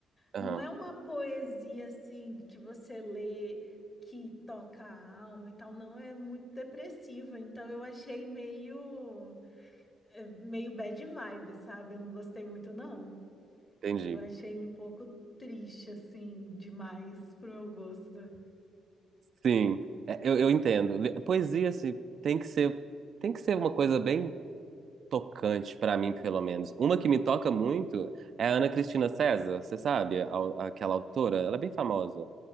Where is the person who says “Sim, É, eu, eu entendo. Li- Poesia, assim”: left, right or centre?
Right